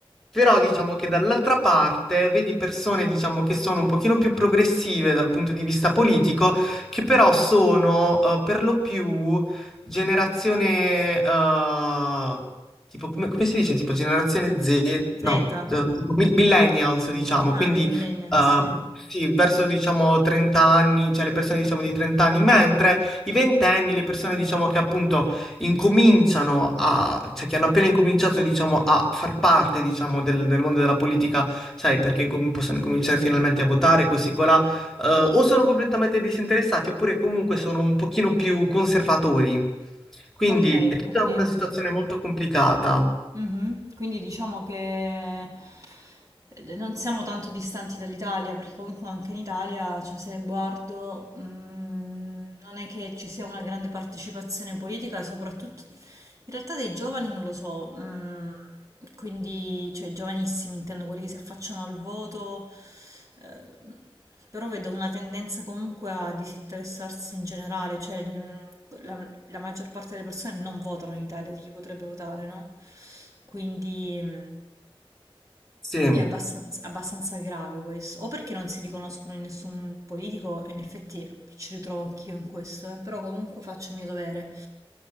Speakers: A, in the centre; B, on the right.
A: però diciamo che dall'altra parte vedi persone, diciamo, che sono un pochino più progressive dal punto di vista politico, che però sono eh, per lo più generazione... eh, Tipo, come, come si dice? Tipo generazione Z, no,
B: Z, ah,
A: eh, tipo mi- millennials, diciamo,
B: i
A: quindi
B: millennials,
A: eh,
B: sì.
A: sì, verso diciamo 30 anni, cioè le persone diciamo di 30 anni, mentre i ventenni, le persone diciamo che appunto incominciano a, cioè che hanno appena incominciato, diciamo, a far parte, diciamo, del, del mondo della politica, sai, perché incom- possono incominciare finalmente a votare, così colà, eh, o sono completamente disinteressati, oppure comunque sono un pochino più conservatori. Quindi
B: Ok,
A: è tutta
B: ok,
A: una
B: ok.
A: situazione molto complicata.
B: Mhm. Quindi diciamo che eh, non siamo tanto distanti dall'Italia, perché comunque anche in Italia, cioè se guardo, mm, non è che ci sia una grande partecipazione politica, soprattutto in realtà dei giovani non lo so, mm, quindi cioè i giovanissimi intendo quelli che si affacciano al voto, eh, però vedo una tendenza comunque a disinteressarsi in generale, cioè mm, la, la maggior parte delle persone non votano in Italia, di chi potrebbe votare, no? Quindi... mm,
A: Sì.
B: è abbastan- abbastanza, grave questo, o perché non si riconoscono in nessun politico, e in effetti mi ci ritrovo anch'io in questo, eh, Però comunque faccio il mio dovere,